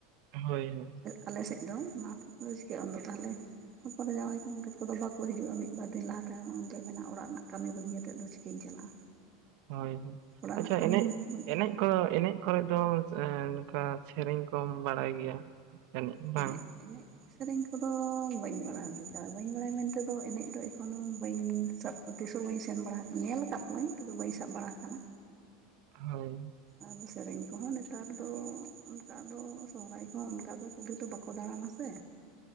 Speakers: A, on the right (about 55°); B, on the right (about 30°).
A: ᱦᱳᱭ ᱾
B: ᱟᱞᱮ ᱥᱮᱫ ᱫᱚ <unintelligible> ᱛᱟᱦᱚᱞᱮ ᱦᱚᱯᱚᱱ ᱮᱨᱟ ᱡᱟᱶᱟᱭ ᱜᱚᱢᱠᱮ ᱠᱚᱦᱚ ᱵᱟᱠᱚ ᱦᱤᱡᱩᱜᱼᱟ ᱢᱤᱫ ᱵᱟᱨ ᱫᱤᱱ ᱞᱟᱦᱟ ᱛᱟᱭᱚᱢᱱ ᱚᱱᱛᱮ ᱢᱮᱱᱟᱜᱼᱟ ᱚᱲᱟᱜ ᱨᱮᱱᱟᱜ ᱠᱟᱹᱢᱤ ᱵᱟᱹᱜᱤ ᱠᱟᱛᱮᱫ ᱫᱚ ᱪᱤᱠᱟᱹᱧ ᱪᱟᱞᱟᱜᱼᱟ᱾
A: ᱦᱳᱭ
B: ᱚᱲᱟᱜ
A: ᱟᱪᱪᱷᱟ
B: ᱨᱮᱱᱟᱜ ᱠᱟᱹᱢᱤ
A: ᱮᱱᱮᱡ
B: ᱢᱮᱱᱛᱮ ᱫᱚ
A: ᱮᱱᱮᱡᱼᱼ ᱠᱚ ᱮᱱᱮᱡ ᱠᱚᱨᱮ ᱫᱚ ᱮ ᱱᱚᱝᱠᱟ ᱥᱮᱨᱮᱧ ᱠᱚᱢ ᱵᱟᱲᱟᱭ ᱜᱮᱭᱟ᱾ ᱡᱟᱹᱱᱤᱡ ᱵᱟᱝ?
B: ᱮᱱᱮᱡ ᱮᱱᱮᱡ ᱥᱮᱨᱮᱧ ᱠᱚᱫᱚ ᱵᱟᱹᱧ ᱵᱟᱲᱟᱭ ᱪᱤᱠᱟᱹᱼᱟ ᱵᱟᱹᱧ ᱵᱟᱲᱟᱭᱟ ᱢᱮᱱᱛᱮᱫᱚ ᱮᱱᱮᱡ ᱫᱚ ᱮᱠᱷᱚᱱᱚ ᱵᱟᱹᱧ ᱥᱟᱵᱼᱼ ᱛᱤᱥ ᱦᱚᱸ ᱵᱟᱹᱧ ᱥᱮᱱ ᱵᱟᱲᱟ ᱟᱠᱟᱫ ᱠᱚᱣᱟᱹᱧ ᱛᱚᱵᱮ ᱵᱟᱹᱧ ᱥᱟᱵ ᱵᱟᱲᱟ ᱟᱠᱟᱱᱟ᱾
A: ᱦᱳᱭ
B: ᱟᱫᱚ ᱥᱮᱨᱮᱧ ᱠᱚᱦᱚᱸ ᱱᱮᱛᱟᱨ ᱫᱚ ᱚᱱᱠᱟ ᱫᱚ ᱥᱚᱦᱨᱟᱭ ᱠᱚᱦᱚᱸ ᱚᱱᱠᱟ ᱫᱚ ᱠᱩᱞᱦᱤ ᱛᱮ ᱵᱟᱠᱚ ᱫᱟᱲᱟᱱᱟ ᱠᱚ ᱥᱮ᱾